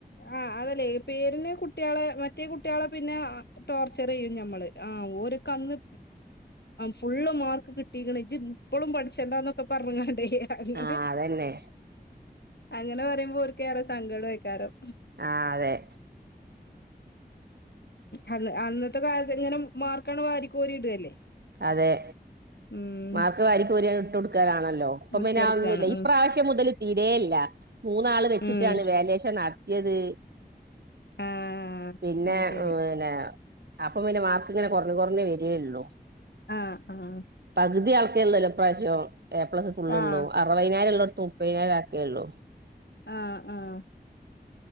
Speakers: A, on the left; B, on the right.
A: ആ അതല്ലേ പേര്ന് കുട്ടിയളെ മറ്റേ കുട്ടിയളെ പിന്നെ ടോർച്ചറയ്യും ഞമ്മള് ആ ഓര്ക്ക് അന്ന് ഫുള്ള് മാർക്ക് കിട്ടീക്ക്ണ് ഇജ്ജ് ഇപ്പളും പഠിച്ചണ്ടാന്നൊക്ക പർഞാണ്ടേ അങ്ങനെ
B: ആഹ് അതന്നെ
A: അങ്ങനെ പറിമ്പ ഓര്ക്ക് ഏറെ സങ്കടയ്ക്കാരം
B: ആഹ് അതെ
A: അന്ന് അന്നത്തെ കാൽത്ത് ഇങ്ങനം മാർക്കാണ്ട് വാരി കോരി ഇടല്ലേ
B: അതെ
A: ഉം
B: മാർക്ക് വാരിക്കോരി ആണ്ട് ഇട്ടൊട്ക്കലാണല്ലോ. പ്പം
A: മുട്ടടുക്കാണ്
B: പിന്നഅഒന്നുമല്ല
A: ഉം
B: ഇപ്രാവ ശ്യം മുതല് തീരേ ഇല്ല മൂന്നാള് വെച്ചിട്ടാണ്
A: ഉം
B: വേല്യേഷൻ നടത്തിയത്
A: ആഹ്
B: പിന്നെ
A: ആഹ് ശരി
B: പിനെ അപ്പ പിന്നെ മാർ- ക്ക്ങ്ങനെ കൊർഞ് കൊർഞ് വരിയേ ള്ളു
A: ആഹ് ആഹ്
B: പക് തി ആൾക്കെഇള്ളല്ലേ ഇപ്രാവശ്യം എ പ്ലസ് ഫുള്ള്ഒള്ളൂ
A: ആഹ്
B: അറുവൈനാരംള്ളോട്ത് മുപ്പയ്നായിരാക്കേ ള്ളൂ
A: ആഹ് ആഹ്